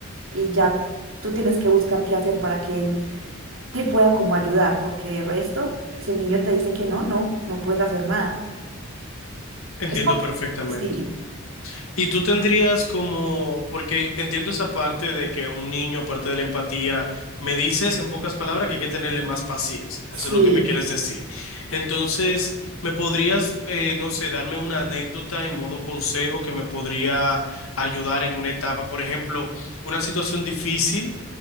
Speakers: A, on the right; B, on the left.
A: Y ya tú tienes que buscar qué hacer para que él te pueda como ayudar, porque de resto, si el niño te dice que no, no, no puedes hacer nada.
B: Entiendo
A: Es como...
B: perfectamente.
A: Sí,
B: Y tú tendrías como, porque entiendo esa parte de que un niño, aparte de la empatía, me dices en pocas palabras que hay que tenerle más paciencia.
A: sí.
B: Eso es lo que me quieres decir. Entonces, ¿me podrías, eh, no sé, darme una anécdota en modo consejo que me podría ayudar en una etapa? Por ejemplo, una situación difícil